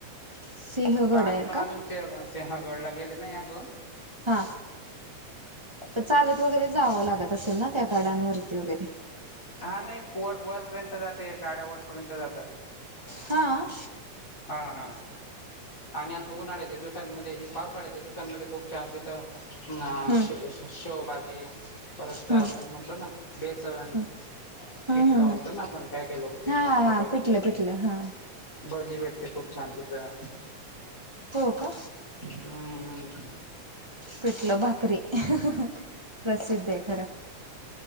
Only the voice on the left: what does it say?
पण आम्ही
पण
अजून सिंह सिंहगडला गेले नाही अजून
हा नाही पोर वरपर्यंत जाते गाड्या वरपर्यंत जातात.
हा हा आणि असं उन्हाळ्याच्या दिवसांमध्ये हि पावसाळ्याच्या दिवसांमध्ये खूप छान तिथं ह
शे शेवभजी परत
आपण म्हणतो ना बेसन
पिटलं
म्हणतो ना आपण काय काय लोक पिटला
म्हणता
काही
भजी भेट खूप छान तिथं
हम्म हम.